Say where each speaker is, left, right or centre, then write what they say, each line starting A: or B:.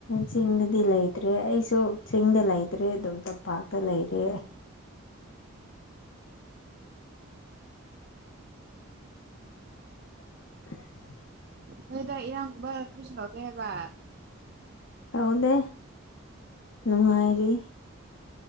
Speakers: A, on the left; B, on the right.
A: ꯆꯤꯡꯗꯗꯤꯂ ꯂꯩꯗ꯭ꯔꯦ ꯑꯩ ꯆꯤꯡꯗ ꯂꯩꯇ꯭ꯔꯦ ꯑꯗꯨꯝ ꯇꯝꯄꯥꯛꯇ ꯂꯩꯔꯦ <inaudible>
B: ꯅꯣꯏꯗ ꯏꯔꯥꯡꯒꯨꯝꯕ ꯀ꯭ꯔꯤꯁꯨ ꯇꯧꯗꯦꯕ
A: ꯇꯧꯗꯦ ꯅꯨꯡꯉꯥꯏꯔꯤ